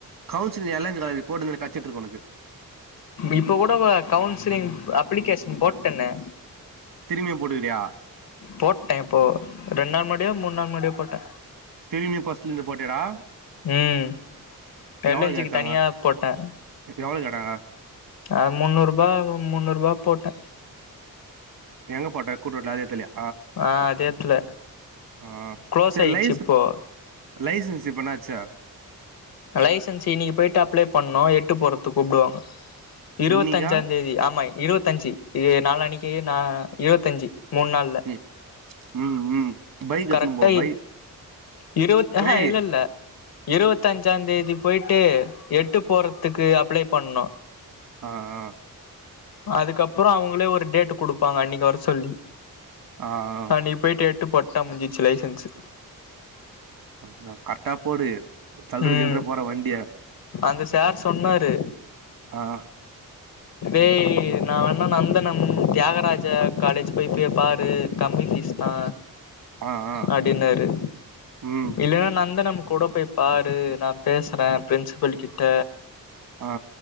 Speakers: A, on the right (about 70°); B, on the left (about 85°).
A: கவுன்சிலிங் எல் என் சி காலேஜ்ல போட்ருந்தா கெடச்சிட்டுருக்கு
B: இப்ப கூட ப கவுன்சிலிங் அப்ளிகேஷன் போட்டனே
A: திரும்பியு போட்டுக்கிறியா
B: போட்டே இப்போ ரெண்டு நாள் முன்னாடியோ மூணு நாள் முன்னாடியோ போட்டே
A: திரும்பியு ஃபஸ்ட்ல இருந்து போட்டியாடா
B: ம் எல்
A: எவ்வளோ
B: என்
A: கேச்சாங்க
B: ஜி க்கு தனியா போட்டே
A: எவ்ளோ கேட்டாங்க
B: ஆ முன்னூறு ரூபா முன்னூறு ரூபா போட்டே
A: எங்க போட்ட கூட்டு ரோட்ல அதே எடத்தில்லயா
B: ஆ அதே எத்துல
A: ஆ
B: குளோஸ்
A: சரி
B: ஆயிருச்சு
A: லைச
B: இப்போ
A: லைசன்ஸ் இப்ப என்னாச்சு
B: லைசன்ஸ் இன்னைக்கி போயிட்டு அப்ளே பண்ணோ எட்டு போறதுக்கு கூப்புடுவாங்க இருவத்தஞ்சா
A: இன்னிக்கா
B: தேதி ஆமா இருபத்தஞ்சு இது நாளான்னைக்கி நா இருத்தஞ்சு மூணு நாள்ல
A: ம் ம் ம் பைக்
B: கரெக்டா
A: எத்துன்னு போ பை
B: இருபத் ஆ
A: டேய்
B: ஹா இல்ல இல்ல இருவத்தஞ்சா தேதி போயிட்டு எட்டு போறதுக்கு அப்ளே பண்ணோ
A: ஆ ஆ
B: அதுக்கப்றோ அவுங்களே ஒரு டேட் குடுப்பாங்க அன்னைக்கி வர சொல்லி
A: ஆ ஆ ஆ
B: அன்னைக் போய்ட்டு எட்டு போட்டா முஞ்சுசு லைசென்ஸ்சு
A: கரெட்டுதா கரெட்டா போடு தல்ற
B: ம்
A: கில்ற போற வண்டிய
B: அந்த சார் சொன்னாரு
A: ஆ ஹ
B: ஏய் நா வேணா நந்தனம் தியாகராஜா காலேஜ் போய் போய் பாரு கம்மி ஃபீஸ் தா
A: ஆ ஆ
B: அப்டின்னாரு
A: ம்
B: இல்லன்னா நந்தனம் கூட போய் பாரு நா பேசுறே பிரின்சிபல் கிட்ட
A: ஆ